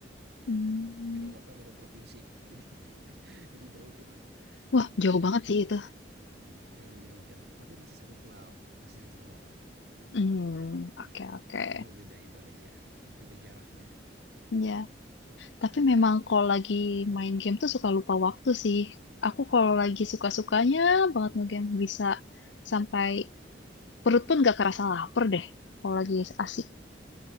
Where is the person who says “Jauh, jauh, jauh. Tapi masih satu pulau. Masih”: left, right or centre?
Right